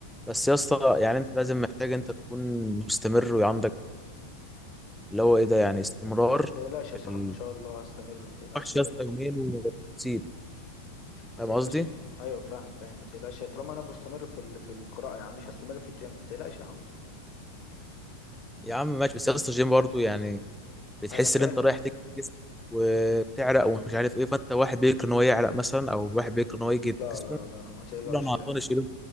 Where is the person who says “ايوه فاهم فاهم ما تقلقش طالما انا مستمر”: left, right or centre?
Left